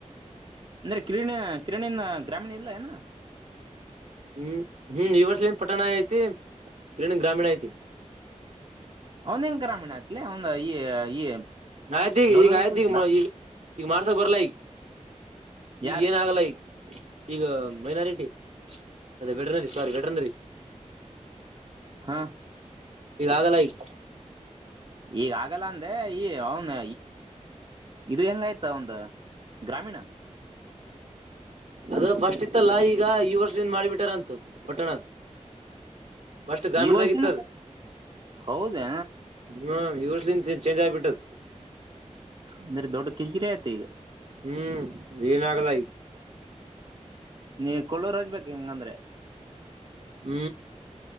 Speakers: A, on the right; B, on the right.
A: ಅಂದ್ರೆ ಕಿರಣ ಕಿರಣಿನ ಗ್ರಾಮೀಣಿಲ್ಲ ಇಲ್ಲೇನ
B: ಹ್ಮ್ ಹ್ಮ್ ಈ ವರ್ಷನ್ ಪಟ್ಟಣ ಐತಿ ಕಿರಣ ಗ್ರಾಮೀಣ ಐತಿ
A: ಅವನ್ ಹೆಂಗ ಏನ್ ಗ್ರಾಮೀಣ ಆಯ್ತ್ಲೇ ಅವಂದ ಈ ಈ
B: ನಯ್ತ ಈ
A: ಡೋರ್ನಳ್ಳಿ
B: ಈಗ ಆಯ್ತ
A: ಕಲ್ತಿಲ್ಲ
B: ಈಗ ಈಗ ಈಗ ಮಾಡ ಬರಲ್ಲೇ ಈಗ
A: ಯಾರ
B: ಏನಾಗಲ್ಲ ಈಗ ಈಗ ಮೈನಾರಿಟಿ ಅದೇ ವೆಟನರಿ ಸಾರಿ ವೆಟನರಿ
A: ಹಾ
B: ಈದಾಗಲ್ಲ ಈಗ
A: ಈಗ ಆಗಲ್ಲ ಅಂದೆ ಈ ಅವನ ಇದು ಹೆಂಗಯ್ತ ಒಂದು ಗ್ರಾಮೀಣ
B: ಅದ ಫಸ್ಟ್ ಇತ್ತಲ್ಲ ಈಗ ಈ ವರ್ಷದಿಂದ ಮಾಡಿಬಿಟ್ಟಾರಂತು ಪಟ್ಟಣದ ಫಸ್ಟ್ ಗ್ರಾಮೀಣದಾಗಿತ್ತದ
A: ಈ ವರ್ಷನ ಹೌದೇ
B: ಹ್ಮ ಈ ವರ್ಷದಲಿಂತ ಚೇಂಜ್ ಆಗಿಬಿಟ್ಟದ
A: ಅಂದ್ರೆ ದೊಡ್ಡ ಕಿರಿಕಿರಿಯಾಯ್ತೆ ಈಗ
B: ಹ್ಮ್ ಏನಾಗಲ್ಲ ಈಗ
A: ನೀ ಕೊಳ್ಳೋರ್ ಹಚ್ಚಬೇಕು ಹಿಂಗಂದ್ರೆ
B: ಹ್ಮ